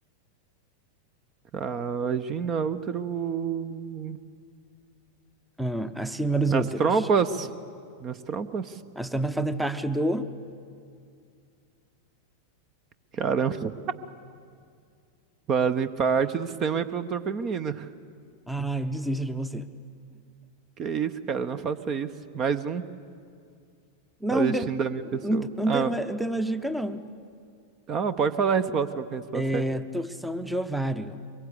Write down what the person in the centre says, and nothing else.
Ah, acima dos
úteros.
As tampas fazem parte do...
Ai, desisto de você.
Não,
de-
não,
te- não
tem, mais- não tem mais dica, não.
É
torção de ovário.